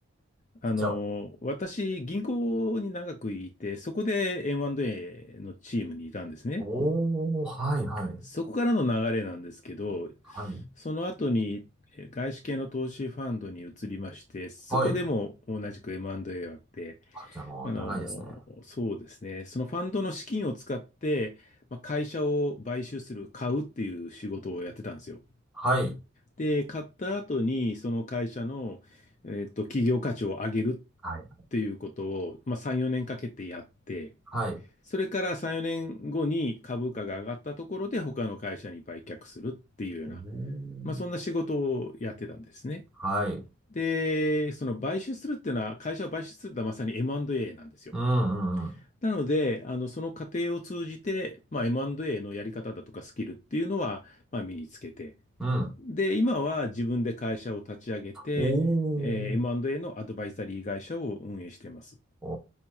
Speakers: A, in the centre; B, on the left.
A: <laughs>
B: あの、
A: じゃあ、
B: 私、銀行に長くいて、そこで M&A のチームにいたんですね。
A: おー、はいはい。
B: そこからの流れなんですけど、
A: はい。
B: その後にえ外資系の投資ファンドに移りまして、そこでも同じく
A: はい。
B: M&A をやって、
A: あ、じゃあもう長いですね。
B: あの、そうですね。そのファンドの資金を使って、まあ、会社を買収する、買うっていう仕事をやってたんですよ。
A: はい。
B: で、買った後に、その会社の、えっと、企業価値を上げるっていうことを、
A: はい。
B: まあ、3、4年かけてやって、
A: はい。
B: それから3、4年後に株価が上がったところで、他の会社に売却するっていうような、
A: おー。
B: まあ、そんな仕事をやってたんですね。
A: はい。
B: で、その買収するっていうのは、会社を買収するってのはまさに M&A なんですよ。
A: うんうんうん。
B: なので、あの、その過程を通じて、まあ、M&A のやり方だとかスキルっていうのは、まあ、身につけて。
A: うん。
B: で、今は自分で会社を立ち上げて、
A: おー。
B: えー M&A のアドバイザリー会社を運営しています。
A: お